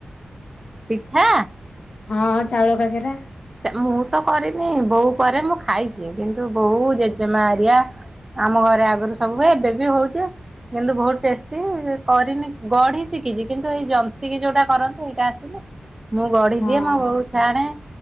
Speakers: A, on the right; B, on the left.
A: ପିଠା
B: ହଁ ଚାଉଳ କାକେରା।
A: ଚା ମୁଁ ତ କରିନି ବୋଉ କରେ ମୁଁ ଖାଇଛି କିନ୍ତୁ ବୋଉ ଜେଜେମା ଏରିଆ ଆମ ଘରେ ଆଗରୁ ସବୁ ଏବେ ବି ହଉଛି କିନ୍ତୁ ବହୁତ୍ ଟେଷ୍ଟି କରିନି ଗଢି ଶିକିଛି କିନ୍ତୁ ଏଇ ଜନ୍ତି କି ଯୋଉଟା କରନ୍ତି ଏଇଟା ଆସ ମୁଁ ଗଢି
B: ହଁ
A: ଦିଏ ମୋ ବୋଉ ଛାଣେ।